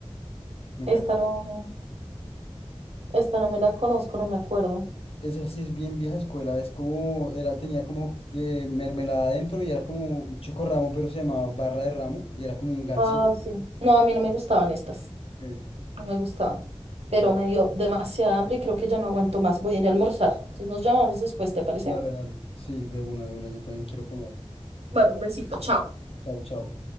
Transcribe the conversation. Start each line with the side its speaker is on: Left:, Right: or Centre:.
Left: Me
Right: Esta
Left: encantaba.
Right: no, esta no me la conozco, no me acuerdo.
Left: Esa sí es bien vieja escuela, es como, era, tenía como eh, mermelada adentro y era como un chocorramo, pero se llamaba barra de ramo y era como un gansito.
Right: Ah, sí. No, a mí no me gustaban estas.
Left: eh,
Right: no me gustaban, pero
Left: de-
Right: me dio demasiada hambre y creo que ya no aguanto más. Voy a ir a almorzar. Entonces nos llamamos después, ¿te parece?
Left: Dale, dale. Sí, de una, de una, yo también quiero comer.
Right: Bueno, un besito, chao.
Left: Chao, chao.